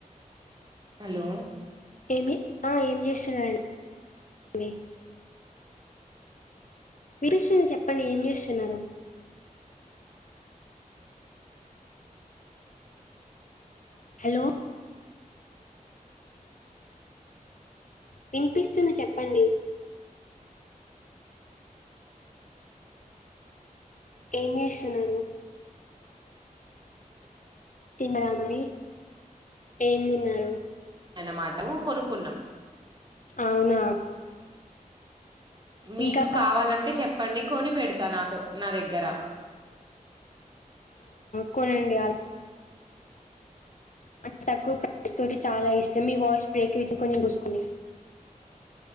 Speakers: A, on the right (about 30°); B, on the left (about 65°).
A: హలో
B: ఏమి ఆ ఏమి చేస్తున్నారండి ఆ వీరుస్తుని చెప్పండి ఏం చేస్తున్నారు హలో వినిపిస్తూది చెప్పండి ఏం చేేస్తున్నారు తిన్నరా మరి ఏం తిన్నారు
A: అనమాటం కొనుకున్నాం
B: అవునా
A: మీకు
B: ఇంకా
A: కావాలంటే చెప్పండి కొని పెడతా నాకు నా దగ్గర
B: కునండి ఆ అంత తక్కువ ప్రైస్ తోటి చాలా ఇష్టం మీ వాయిస్ బ్రేక్ అయ్యింది కొంచెం చిసుకునే